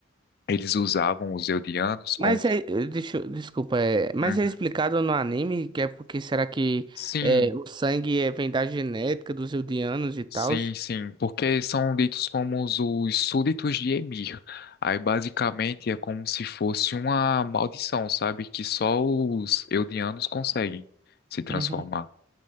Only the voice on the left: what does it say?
eles usavam os Eldianos como
Uhum.
Sim,
Sim, sim, porque são ditos como os os súditos de Emir. Aí basicamente é como se fosse uma maldição, sabe? Que só os Eldianos conseguem se transformar.